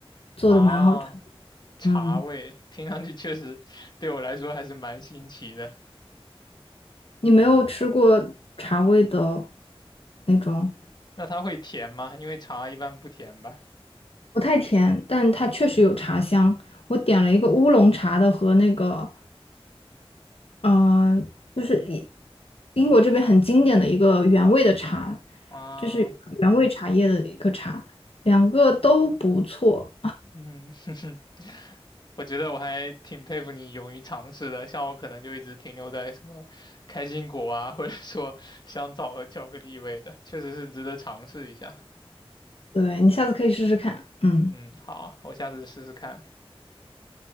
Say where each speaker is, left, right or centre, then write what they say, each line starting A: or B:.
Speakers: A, on the left; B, on the left.
A: 做的蛮好吃。
B: 啊？茶味，
A: 嗯，
B: 听上去确实对我来说还是蛮新奇的。
A: 你没有吃过茶味的那种，
B: 那它会甜吗？因为茶一般不甜吧？
A: 不太甜，但它确实有茶香。我点了一个乌龙茶的和那个嗯、呃就是英英国这边很经典的一个原味的茶，
B: 啊。
A: 就是原味茶叶的一个茶，两个都不错。
B: 嗯，<laughs> 哼哼，我觉得我还挺佩服你勇于尝试的，像我可能就一直停留在什么开心果啊，或者说香草和巧克力味的，确实是值得尝试一下。
A: 对，你下次可以试试看。嗯，
B: 嗯，好，我下次试试看。